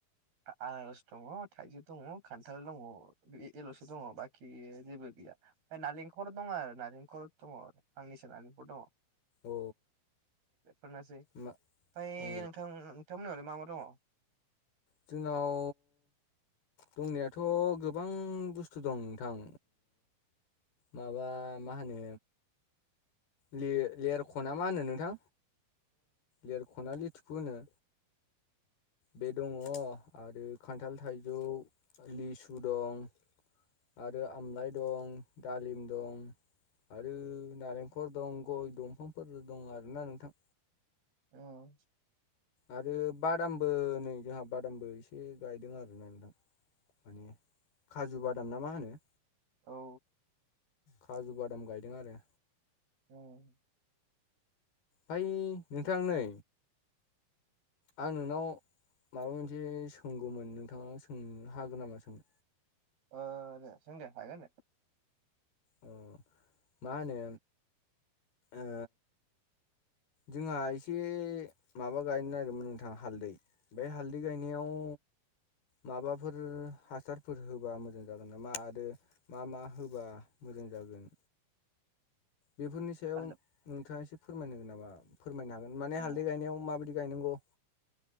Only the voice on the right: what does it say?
आनारस दङ थाइजौ दङ खान्थाल दङ बे एल'सो दङ बा खि जेबो गैया ओमफ्राय नारेंखल दङ आरो नारेंखल दङ आंनैसो नालेंखर दङ
बेफोरनोसै
ओमफ्राय
नोंथां नोंथांमोननियावलाय मा मा दङ
औ
औ
औ
ओ दे सोंदे हागोन दे
हालदै
औ